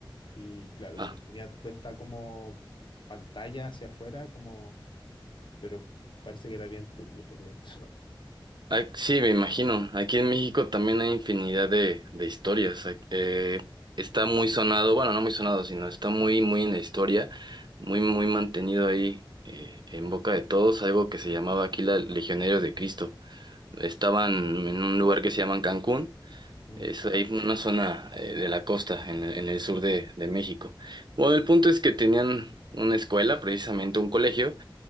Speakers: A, on the left; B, on the right.
A: y claro,
B: ajá.
A: como que tenía toda esta como pantalla hacia afuera, como, pero parece que era bien turbio por dentro. <laughs>
B: Ah, sí, me imagino. Aquí en México también hay infinidad de, de historias. Ah, eh, está muy sonado, bueno, no muy sonado, sino está muy, muy en la historia, muy, muy mantenido ahí eh, en boca de todos, algo que se llamaba aquí la Legionarios de Cristo. Estaban en un lugar que se llaman Cancún,
A: Mm,
B: es ahí una zona eh, de la costa, en el, en el sur de, de México. Bueno, el punto es que tenían una escuela, precisamente un colegio